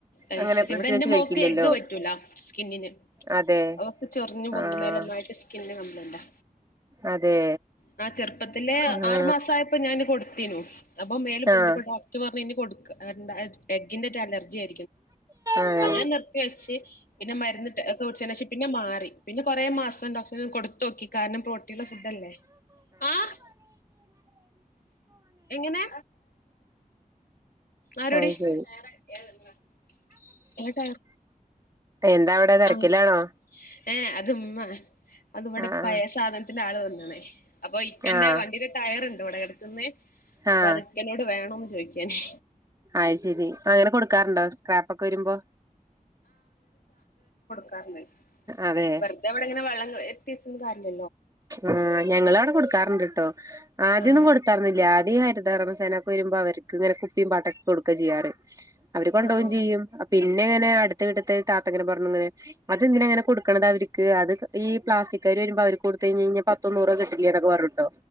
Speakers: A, on the left; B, on the right.
A: അത്
B: അങ്ങനെ
A: ശരി
B: ഫ്രിഡ്ജ്
A: ഇവിടെ എന്റെ
B: വെച്ച് കഴിക്കില്ലല്ലോ
A: മോക്ക് എഗ് പറ്റൂല സ്കിന്നിന്
B: അതെ
A: അവക്ക് ചൊറിഞ്ഞു
B: ആഹ്
A: ഒന്ന്മേലൊന്നായിട്ട് സ്കിന്ന് കംപ്ലൈന്റാ
B: അതെ
A: ആ ചെറുപ്പത്തിലെ
B: ആഹ്
A: ആറു മാസയപ്പോ ഞാന് കൊടുത്തനു അപ്പൊ മേൽ പൊന്തിപ്പൊ
B: ആഹ്
A: ഡോക്ടർ പറഞ്ഞ ഇനി കൊടുക്കണ്ട എഗ്ഗിന്റെയൊക്കെ അലർജിയന്ന്
B: അതെ
A: അങ്ങനെ നിർത്തി വെച്ച് പിന്നെ മരുന്ന് ഒക്കെ കുടിച്ചതിന് ശേഷം പിന്നെ മാറി പിന്നെ കുറെ മാസം ഡോ കൊടുത്തു നോക്കി കാരണം പ്രോട്ടീനുള്ള ഫുഡല്ലേ ആഹ് എങ്ങനെ ആരോടി
B: അയ് ശരി
A: <unintelligible> ഏട്ട
B: എന്താ അവിടെ തെരക്കിലാണോ
A: ആഹ് ഏഹ് അത് മ്മ അതിവ്
B: ആഹ്
A: ടെ പയേ സാധനത്തിന്റെ ആള് വന്ന്ണേ അപ്പൊ ഇക്കന്റെ
B: ആഹ്
A: വണ്ടിടെ ടയർണ്ട് ഇവിടെ കടക്ക് ന്നേ അപ്പൊ
B: ആഹ്
A: അത് ഇക്കനോട് വേണോ ന്ന് ചോയിക്കാന്
B: അയ് ശരി അങ്ങനെ കൊടുക്കാറുണ്ടോ സ്ക്രാപ്പ് ഒക്കെ വരുമ്പോ?
A: പറഞ്ഞ്
B: അതെ
A: വെറുതെ ഇവിടെ ഇങ്ങനെ വെള്ളം എട്ടി സത്തിന് കാര്യയലല്ലോ
B: ആഹ് ഞങ്ങളവ്ടെ കൊടുക്കാറുണ്ട്ട്ടോ ആദ്യൊന്നും
A: ആ
B: കൊടുത്താറുന്നില്ല തടി ഹരിതകർമസേന ക്ക് വരുമ്പോ അവർക്ക് ഇങ്ങനെ കുപ്പി പാട്ടൊക്കെ കൊടുക്കാ ചെയ്യാറ് അവര് കൊണ്ടോവും
A: ആ ആ
B: ചെയ്യും അപ്പി പിന്നെ ഇങ്ങനെ അടുത്തവീട്ട് ത്തെ ഒരു താത്തങ്ങനെ പറഞ്ഞു ഇങ്ങനെ അതെന്തിനാ ഇങ്ങനെ കൊടുക്കണത അവരിക്ക് അത് ഈ പ്ലാസ്റ്റിക്കേര് വരുമ്പ കൊടുത്ത കഴിഞ് കഴിഞ്ഞ പത്തൊന്നൂറൊ കിട്ടില്ലേ എന്നൊക്കെപ റഞ്ഞുട്ടോ